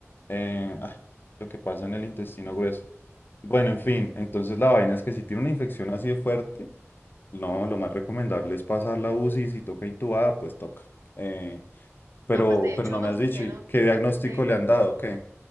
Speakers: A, on the left; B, on the right.
A: Eh, ah, lo que pasa en el intestino grueso. Bueno, en fin, entonces la vaina es que si tiene una infección así de fuerte, no, lo más recomendable es pasar la UCI y si toca intubada, pues toca. Eh, pero,
B: No, pues de
A: pero
B: hecho
A: no
B: nos
A: me has
B: dijeron,
A: dicho ¿y qué diagnóstico
B: de
A: le han dado, ¿qué?